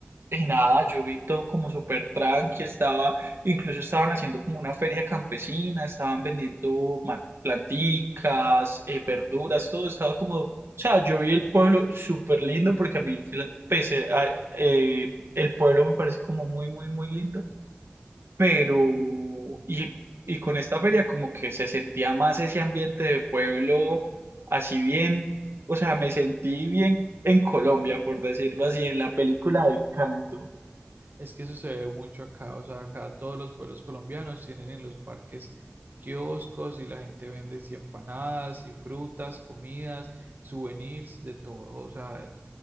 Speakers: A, on the right; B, on the right.
A: Y nada, yo vi todo como súper tranqui, estaba, incluso estaban haciendo como una feria campesina, estaban vendiendo ma- planticas, eh, verduras, todo estaba como, o sea, yo vi el pueblo súper lindo porque a mí, fila- pese a- eh, el pueblo me parece como muy, muy, muy lindo, pero, y, y con esta feria como que se sentía más ese ambiente de pueblo, así bien, o sea, me sentí bien en Colombia, por decirlo así, en la película de Encanto.
B: Es que eso se ve mucho acá, o sea, acá todos los pueblos colombianos tienen en los parques kioscos y la gente vende sí, empanadas y frutas, comidas, souvenirs, de todo. O sea,